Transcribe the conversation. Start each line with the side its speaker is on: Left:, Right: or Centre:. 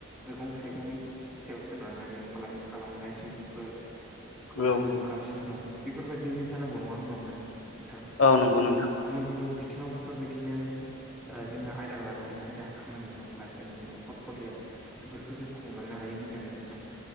Centre: मैगं थाइगंनि सायाव सोनारनानै फालांगि खालामनाय सुबुंफोर खौबो
Left: औ
Centre: नुबोगासिनो दं। बेफोरबायदिनो जानांगौ नङा होमबामोन नोंथां?
Left: औ नंगौ नोंथां।
Centre: गुबुन गुबुन बिथिङाव बेफोरबायदिनो ओ जोङो आयदा लानानै आयदा खामानि मावब्ला जोंनि न'खर फरियाल बेफोरखौ जों खुंलांनो हायो मोजाङै मोजां।